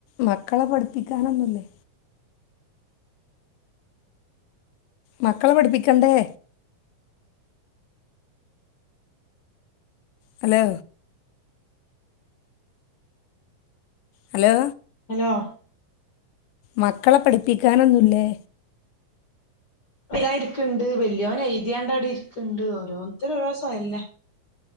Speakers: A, on the left (about 85°); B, on the left (about 40°).
A: മക്കളെ പഠിപ്പിക്കാനൊന്നുല്ലേ മക്കളെ പഠിപ്പിക്കണ്ടേ ഹലോ ഹലോ
B: ആ <unintelligible>
A: മക്കളെ പഠിപ്പിക്കാനൊന്നുമില്ലേ
B: എ <unintelligible> ല്ല ഇരിക്കണ്ട് വലിയോന എഴുതിയാണ്ടാടി ഇരിക്കണ്ട് ഓരോരുത്തരു ഓരോ സമയവില്ലേ